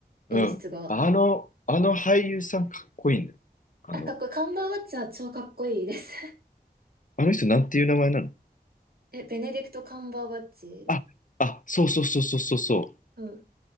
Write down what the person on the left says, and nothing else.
うん。あの、あの俳優さんかっこいいんだよ。あの、
あの人なんていう名前なの
あ、あ、そうそうそうそうそうそう。